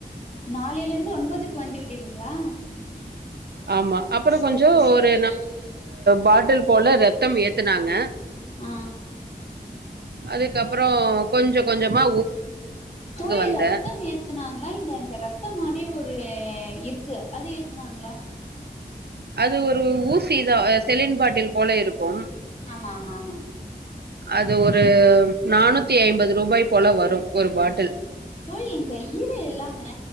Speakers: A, on the left (about 40°); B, on the right (about 75°).
A: நாளிலிருந்து ஒன்பதுக்கு வந்து விட்டீர்ங்களா
B: ஆமா. அப்புறம்
A: சிறப்பு
B: கொஞ்சம்
A: சிறப்பு
B: ஒரு பாட்டில் போல ரத்தம் ஏத்துனாங்க.
A: ஆ
B: அதுக்கப்புறம் கொஞ்சம் கொஞ்சமா
A: தோழி
B: வந்தேன்.
A: ரத்தம் ஏ த்துனாங்களா இல்ல இந்த ரத்தம் மாரி ஒரு இருக்கு அது ஏத்துனாங்களா
B: அது ஒரு ஊசிதா செலின்பாட்டில் போல இருக்கும்
A: ஆமா ஆமா ஆமா
B: அது ஒரு நானூத்தி ஐம்பது ரூபாய் போல வரும் ஒரு பாட்டில்
A: தோழி இந்த ஈரல் இல்லாம